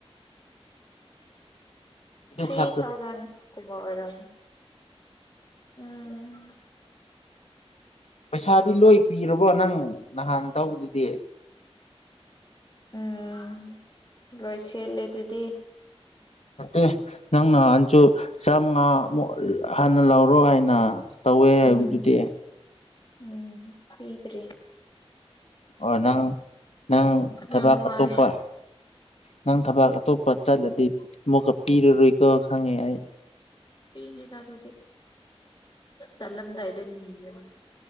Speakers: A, on the left (about 85°); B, on the left (about 30°).
A: ꯑꯗꯨ
B: ꯊ꯭ꯔꯤ
A: ꯈꯛꯇ
B: ꯊꯥꯎꯖꯟꯒꯨꯝꯕ ꯑꯣꯏꯔꯝꯃꯤ ꯎꯝ
A: ꯄꯩꯁꯥꯗꯤ ꯂꯣꯏ ꯄꯤꯔꯕꯣ ꯅꯪ ꯅꯍꯥꯟ ꯇꯧꯗꯨꯗꯤ
B: ꯎꯝ ꯂꯣꯏ ꯁꯦꯠꯂꯦ ꯑꯗꯨꯗꯤ
A: ꯑꯦ ꯅꯪ ꯅꯍꯥꯟꯁꯨ ꯆꯥꯝꯃꯉꯥꯃꯨꯛ ꯍꯥꯟꯅ ꯂꯧꯔꯣ ꯍꯥꯏꯅ ꯇꯧꯋꯦ
B: ꯎꯝ
A: ꯍꯥꯏꯕꯗꯨꯗꯤ
B: ꯎꯝ ꯄꯗ꯭꯭ꯔꯤ
A: ꯑꯣ ꯅꯪ ꯅꯪ ꯊꯕꯛ
B: ꯌꯥꯝ ꯋꯥꯏ
A: ꯑꯇꯣꯞꯄ ꯅꯪ ꯊꯕꯥꯛ ꯑꯇꯣꯞꯄ ꯆꯠꯂꯗꯤ ꯃꯨꯛꯀ ꯄꯤꯔꯔꯣꯏꯀꯣ ꯈꯪꯉꯦ ꯑꯩ
B: ꯄꯤꯅꯤ ꯂꯗꯤ ꯆꯂꯝꯗ ꯏꯗꯅꯤꯔ